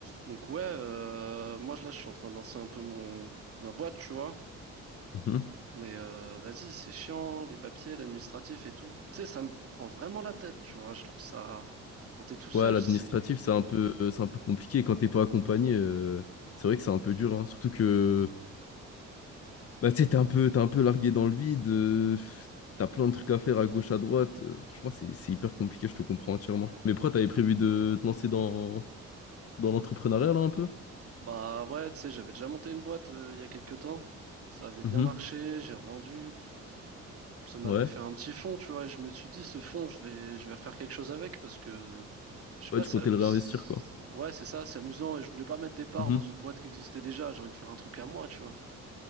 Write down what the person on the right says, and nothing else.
Donc ouais, euh, moi je- là je suis en train de lancer un peu mon ma boîte, tu vois.
Mais euh, vas-y, c'est chiant, les papiers, l'administratif et tout. Tu sais, ça me prend vraiment la tête, tu vois. Je trouve ça quand t'es tout seul,
c'est
bah ouais, tu sais, j'avais déjà monté une boîte euh, il y a quelques temps. Ça avait bien
marché, j'ai revendu, ça m'avait
fait un petit fond, tu vois. Et je me suis dit, ce fond, je vais je vais refaire quelque chose avec parce que je sais pas,
ça
ouais, c'est ça, c'est amusant et je voulais pas mettre des parts
dans une boîte qui existait déjà. J'ai envie de faire un truc à moi, tu vois.